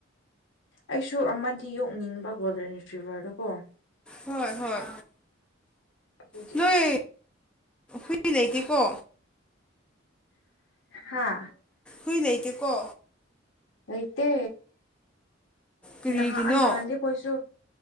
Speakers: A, on the left; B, in the centre.
A: ꯑꯩꯁꯨ ꯑꯃꯗꯤ ꯌꯣꯛꯅꯤꯡꯕ ꯒꯣꯜꯗꯟꯇ꯭ꯔꯤꯚꯔꯗꯨ ꯀꯣ
B: ꯍꯣꯏ ꯍꯣꯏ
A: ꯑꯗꯨꯒꯤ
B: ꯅꯣꯏ ꯍꯨꯏ ꯂꯩꯩꯗꯦꯀꯣ
A: ꯍꯥꯥ
B: ꯍꯨꯏ ꯂꯩꯇꯦꯀꯣ꯫
A: ꯂꯩꯇꯦ
B: ꯀꯔꯤꯒꯤꯅꯣ
A: ꯅꯍꯥꯟ ꯅꯍꯥꯟꯗꯤ ꯑꯩꯈꯣꯏꯁꯨ